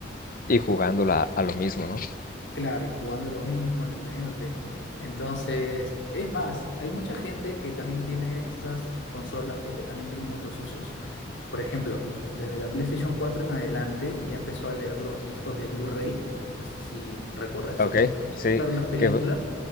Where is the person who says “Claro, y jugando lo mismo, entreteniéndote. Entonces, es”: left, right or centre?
Left